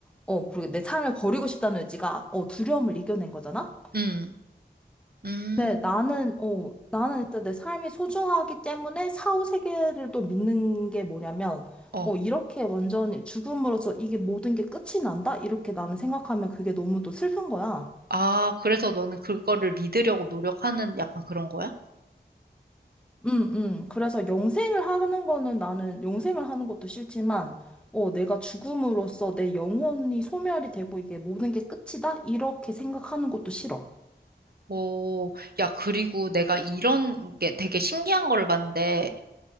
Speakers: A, in the centre; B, on the right.
A: 어, 모르겠내 삶을 버리고 싶다는 의지가, 어, 두려움을 이겨낸 거잖아.
B: 음, 음,
A: 네, 나는, 어, 나는 일단 내 삶이 소중하기 때문에 사후 세계를 또 믿는 게 뭐냐면,
B: 어.
A: 어, 이렇게 완전히 죽음으로써 이게 모든 게 끝이 난다? 이렇게 나는 생각하면 그게 너무 또 슬픈 거야.
B: 아, 그래서 너는 그거를 믿으려고 노력하는 약간 그런 거야?
A: 응응. 그래서 영생을 하는 거는 나는 영생을 하는 것도 싫지만, 어, 내가 죽음으로써 내 영혼이 소멸이 되고 이게 모든 게 끝이다? 이렇게 생각하는 것도 싫어.
B: 오, 야, 그리고 내가 이런 게 되게 신기한 거를 봤는데,